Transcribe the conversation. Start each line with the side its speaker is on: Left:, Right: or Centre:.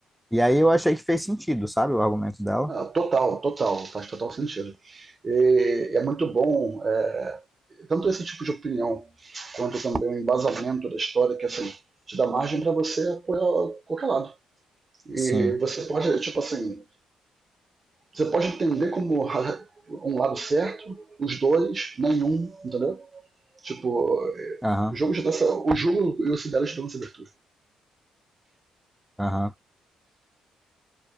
Centre: E aí eu achei que fez sentido, sabe, o argumento dela.
Right: Ah, total, total, faz total sentido. E é muito bom, é, tanto esse tipo de opinião quanto também o embasamento da história, que assim, te dá margem para você apoiar qualquer lado. E
Centre: Sim,
Right: você pode, tipo assim, você pode entender como um lado certo, os dois, nenhum, entendeu? Tipo,
Centre: aham,
Right: o jogo já dá essa, o jogo e o Sibéria te dão essa abertura.
Centre: aham.